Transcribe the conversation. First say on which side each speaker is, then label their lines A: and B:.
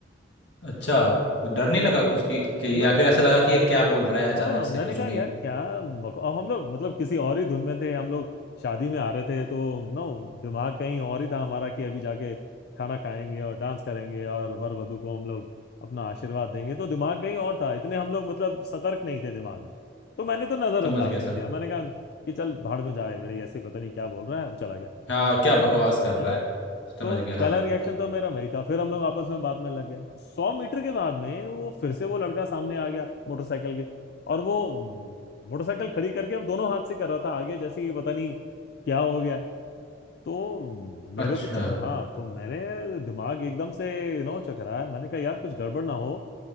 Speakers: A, on the left; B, on the left.
A: अच्छा डर
B: तो
A: नहीं लगा कुछ कि, कि
B: ना
A: या फिर ऐसा लगा कि ये क्या बोल रहा है अचानक
B: हाँ
A: से
B: मैंने
A: कुछ
B: कहा
A: भी
B: यार क्या बक- अब हम लोग मतलब किसी और ही धुन में थे हम लोग शादी में आ रहे थे तो नो दिमाग कहीं और ही था हमारा कि अभी जाके खाना खाएंगे और डांस करेंगे और वर वधु को हम लोग अपना आशीर्वाद देंगे तो दिमाग कहीं और था इतने हम लोग मतलब सतर्क नहीं थे दिमाग में तो मैंने तो नजरअंदाज
A: समझ गया
B: कर
A: सर
B: दिया मैंने कहा कि चल भाड़ में जाए बड़े ऐसे ही पता नहीं क्या बोल रहा है वो चला गया
A: हाँ क्या बकवास कर रहा
B: है ना
A: है समझ
B: तो
A: गया
B: पहला
A: हाँ
B: रिएक्शन तो मेरा वही था फिर हम लोग आपस में बात में लग गए सौ मीटर के बाद में वो फिर से वो लड़का सामने आ गया मोटरसाइकिल के और वो मोटरसाइकिल खड़ी करके अब दोनों हाथ से कर रहा था आगे जैसे कि पता नहीं क्या हो गया तो मेरे
A: अच्छा
B: तो च... हाँ तो मेरे दिमाग एकदम से यू नो चकराया मैंने कहा यार कुछ गड़बड़ ना हो